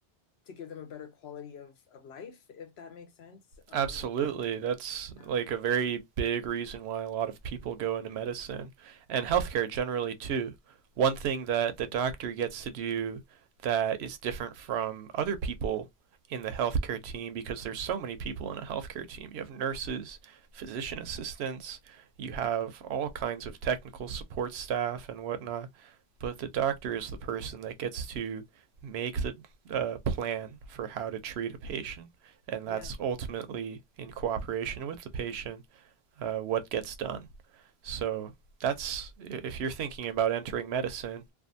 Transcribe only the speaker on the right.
Absolutely. That's
like a very big reason why a lot of people go into medicine and healthcare generally too. One thing that the doctor gets to do that is different from other people in the healthcare team because there's so many people in a healthcare team. You have nurses, physician assistants, you have all kinds of technical support staff and whatnot, but the doctor is the person that gets to make the uh, plan for how to treat a patient and
that's ultimately in cooperation with the patient uh, what gets done. So that's if you're thinking about entering medicine,